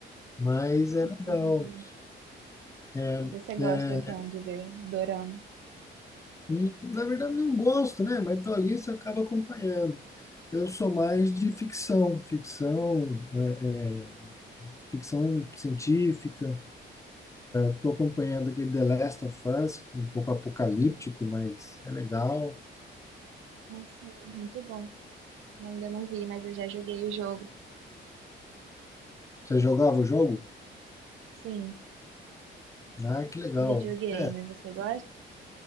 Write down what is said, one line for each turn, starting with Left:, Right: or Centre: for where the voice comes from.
Left: Mas é
Right: Entendi.
Left: legal. é,
Right: Mas você gosta
Left: é,
Right: então de ver dorama?
Left: Hum, Na verdade, não gosto, né? Mas tô ali, você acaba acompanhando. Eu sou mais de ficção, ficção, é, ficção científica. Estou acompanhando aquele The Last of Us, um pouco apocalíptico, mas é legal.
Right: Ah, sim, muito bom. Eu ainda não vi, mas eu já joguei o jogo.
Left: Você jogava o jogo?
Right: Sim.
Left: Ah, que legal.
Right: Videogame,
Left: É.
Right: você gosta?